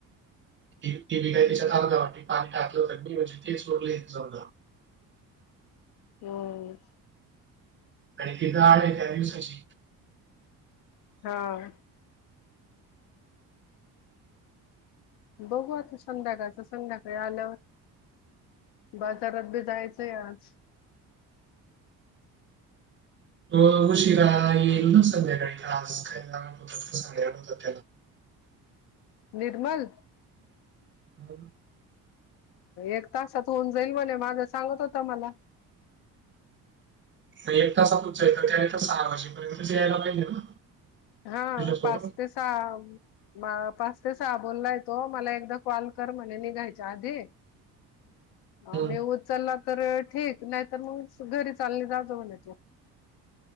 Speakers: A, on the right; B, on the left.
A: ती ती बी काय त्याच्यात अर्ध वाटी पाणी टाकलं होतं मी म्हणजे ते सोडले जाऊ द्या
B: <unintelligible>
A: आणि तिथं आहे त्या दिवसाची.
B: हां. बघू आता संध्याकाळच संध्याकाळी आल्यावर. बजारात बी जायचंय आज.
A: तो उशिरा येईल न संध्याकाळी क्लास त्याला <unintelligible> त्याला.
B: निर्मल
A: <inaudible>
B: एक तासात होऊन जाईल म्हणे माग सांगत होता मला.
A: एक तासात होतंय का तर त्यानं तर सहा वाजेपर्यंतच यायला पाहिजे ना.
B: हा
A: तुझ्यासोबत?
B: पाच ते सहा. म पाच ते सहा बोललाय तो मला एकदा कॉल कर म्हणे निघायच्या आधी.
A: <inaudible>
B: अ
A: हं.
B: मी उचलला तर ठीक, नाहीतर मग घरी चालले जातो म्हणे तो.